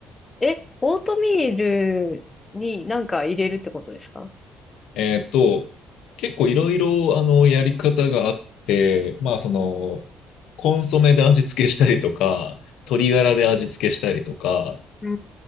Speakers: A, on the left; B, on the left.
A: え、オートミールになんか入れるってことですか
B: えーっと、結構いろいろ、あの、やり方があって、まあ、その、コンソメで味付けしたりとか、鶏ガラで味付けしたりとか、
A: うー